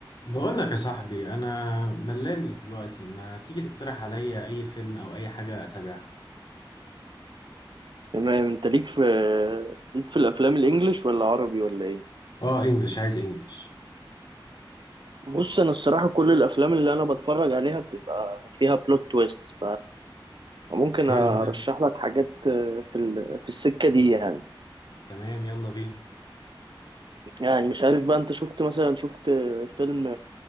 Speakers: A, on the left (about 55°); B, on the right (about 60°).
A: بقول لك يا صاحبي انا ملان دلوقتي ما تيجي تقترح عليا اي فيلم او اي حاجه اتابعها
B: تمام انت ليك في ليك في الافلام الانجليش ولا عربي ولا ايه
A: اه انجلش عايز انجلش
B: بص انا الصراحه كل الافلام اللي انا بتفرج عليها بتبقى فيها بلوت تويست فممكن
A: حلو
B: ارشح
A: ده
B: لك حاجات في ال... في السكه دي يعني
A: تمام يلا بينا
B: يعني مش عارف بقى انت شفت مثلا شفت فيلم